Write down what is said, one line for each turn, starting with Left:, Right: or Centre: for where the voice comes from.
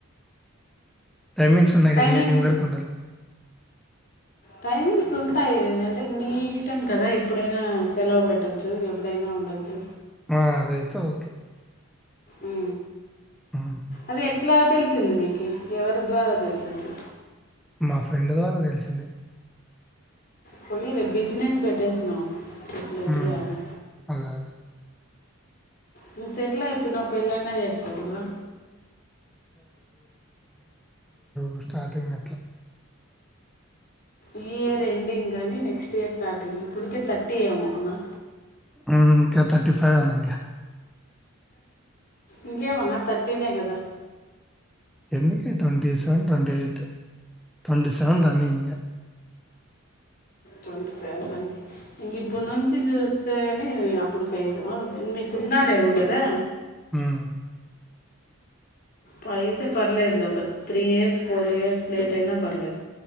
Centre: టైమింగ్స్ ఉన్నాయి
Left: టైమింగ్స్
Centre: కదా ఈవినింగ్ వరకు ఉండాలా
Left: టైమింగ్స్ ఉంటాయి లేదంటే నీ ఇష్టం కదా ఎప్పుడైనా సెలవు పెట్టొచ్చు ఎప్పుడైనా ఉండొచ్చు
Centre: ఆ అది అయితే ఓకే
Left: ఉ
Centre: ఉమ్
Left: అది ఎట్లా తెలిసింది నీకు ఎవరి ద్వారా తెలిసింది
Centre: మా ఫ్రెండ్ ద్వారా తెలిసింది
Left: పోనీలే బిజినెస్ పెట్టేసినవ్ లేటుగానే
Centre: ఉమ్ అదే అదే
Left: నువ్వు సెటిల్ అయిపోయినావు పెళ్ళైన చేసుకోకూడదా
Centre: ఉ స్టార్టింగ్ అట్లా
Left: ఈ ఇయర్ ఎండింగ్ కానీ నెక్స్ట్ ఇయర్ స్టార్టింగ్ కానీ ఇప్పటికే థర్టీ ఏమో అవునా
Centre: ఉ ఇంకా థర్టీ ఫైవ్ అను ఇంకా
Left: ఇంకేమన్నా తటీనే కదా
Centre: ఎందుక twenty seven twenty eight twenty seven దాన్ని ఇంగ
Left: ట్వంటీ సెవెన్ రన్నింగ్ ఇంక ఇప్పుడు నుంచి చూస్తే అని అప్పుడుకిఐదు అవును మీకున్నాడేమో కదా
Centre: ఉమ్
Left: పయితే పర్లేదు ఒక three years four years late అయినా పర్లేదు